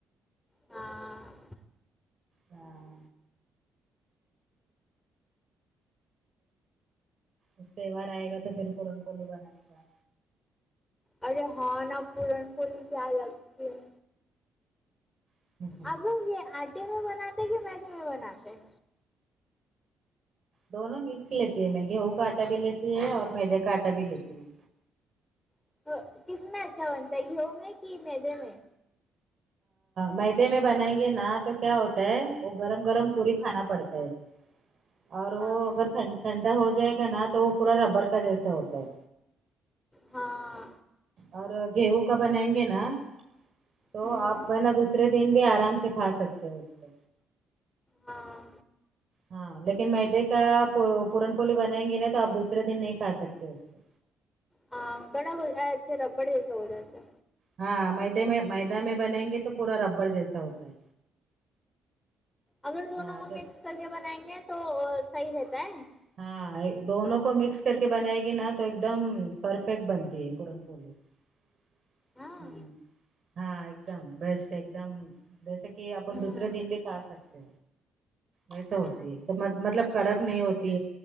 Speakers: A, on the left; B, on the right.
A: ہاں ہاں
B: ہاں اس تہوار آئے گا تو پھر پورن پلی بنانے کا
A: ارے ہاں نا پورن پولی کیا لگتی ہے
B: کا
A: اب لوگ یہ آٹے میں بناتے ہیں کہ میدے میں بناتے ہیں
B: دونوں مکس لیتی ہے میں گیہوں کا آٹا بھی لیتی ہے اور میدے کا آٹا بھی لیتی ہے
A: ہیں؟ کس میں اچھا بنتا ہے گیہوں میں کہ میدے میں
B: مدے میں بنائیں گے نا تو کیا ہوتا ہے وہ گرم گرم پوری کھانا
A: ہاں
B: پڑتا ہے اور
A: ہاں
B: وہ اگر ٹھنڈا ہو جائے گا نا تو وہ پورا ربڑ کا جیسا ہوتا ہے
A: ہاں
B: اور گیہوں کا بنائیں گے نا تو
A: ہوں
B: آپ بنا دوسرے دن بھی آرام سے کھا سکتے ہو اس کو
A: ہاں
B: ہاں لیکن میدے کا پورن پولی بنائیں گے نا تو آپ دوسرے دن نہیں کھا سکتے اس کو
A: ہاں کڑک اچھے ربڑ جیسا ہوا گیا
B: ہاں میدے میں میدہ میں بنائیں گے تو پورا ربر جیسا ہوتا ہے
A: اگر دونوں
B: ہاں
A: کو
B: تو
A: مکس کر کے بنائیں گے تو صحیح رہتا ہے
B: ہاں دونوں کو مکس کر کے بنائے گی نا تو ایک دم پرفیکٹ بنتی ہے پورن پلی ہوں
A: ہاں
B: ہاں ایک دم بیسٹ ایک دم جیسے کہ اپن
A: ہاں
B: دوسرے دن بھی کھا سکتے ایسا
A: ہاں
B: ہوتی ہے ایک مطلب کڑک نہیں ہوتی